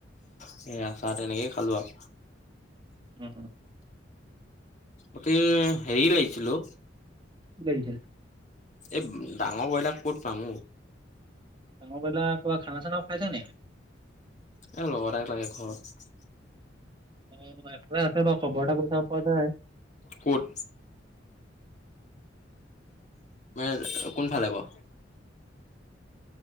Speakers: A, on the left; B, on the right.
A: সেয়া খা তেনেকেই খালো আৰু।
B: উম, উম।
A: গোটে হেৰি লাগিছিল অ'।
B: কি লাগিছিল?
A: এ ডাঙৰ ব্ৰইলাৰ ক'ত পাম অ'?
B: ডাঙৰ ব্ৰইলাৰ, কিবা খানা চানাও খাইছ নি?
A: এ লগৰ এটাক লাগে ঘৰত।
B: অ', এফালে আছে বাৰু খবৰ এটা কৰি চাব পৰা যায়।
A: ক'ত? মানে কোনফালে বাৰু?